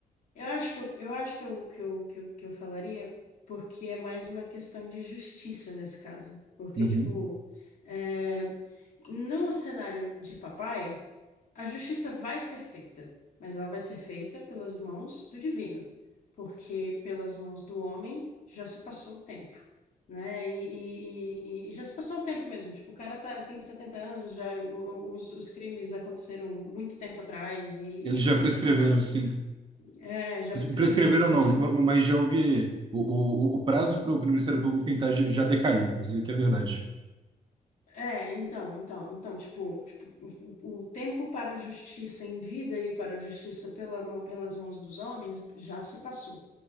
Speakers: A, on the left (about 55°); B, on the right (about 35°).
A: Eu acho que eu, eu acho que eu, que eu, que eu, que eu falaria porque é mais uma questão de justiça nesse caso. Porque,
B: uhum.
A: tipo, é, no cenário de papai, a justiça vai ser feita, mas ela vai ser feita pelas mãos do divino, porque pelas mãos do homem já se passou o tempo. Né? E, e, e- e já se passou o tempo mesmo. Tipo, o cara tá, tem 70 anos, já o- o- os, os crimes aconteceram muito tempo atrás e, e
B: Eles
A: etc
B: já prescreveram,
A: e tal.
B: sim.
A: É, já prescreveram.
B: Prescreveram
A: Então,
B: não,
A: tipo,
B: ma- ma- mas já houve. O, o, o o prazo para o Ministério Público tentar já já decaiu, isso que é verdade.
A: é, então, então, então, tipo, tipo, o o tempo para a justiça em vida e para a justiça pela mão- pelas mãos dos homens já se passou.